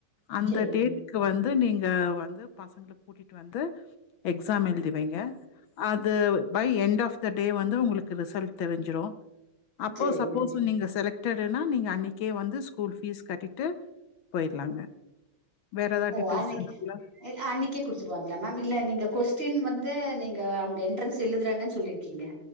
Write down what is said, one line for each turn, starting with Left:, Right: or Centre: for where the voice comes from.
Left: அந்த
Right: சேரிங்க
Left: டேட்டுக்கு வந்து நீங்க வந்து பசங்ள கூட்டிட்டு வந்து எக்ஸாம் எழ்தி வைங்க அது by end of the day வந்து உங்ளுக்கு ரிசல்ட் தெரிஞ்சிரு அப்போ
Right: சேரிங்க
Left: சப்போஸ் நீங்க செலக்டடுனா நீங்க அன்னிக் கே வந்து ஸ்கூல் ஃபீஸ் கட்டிட்டு போயிர்லாங்க வேற ஏதாவது
Right: ஒ ஓ
Left: டீட்டெயில்ஸ்
Right: ஆனைக்கு
Left: வேணுங்களா?
Right: இல் அன்னைக்கே குடுத்துருவாங்ளா மேம் இல்ல நீங்க கொஸ்டின் வந்து நீங்க அவுங்க எண்ட்ரன்ஸ் எழுதுறாங்கன் சொல்லிர் கிங்க